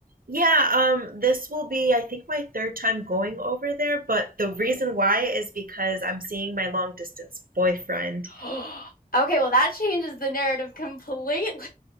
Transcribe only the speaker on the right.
Yeah, um, this will be, I think, my third time going over there, but the reason why is because I'm seeing my long distance boyfriend.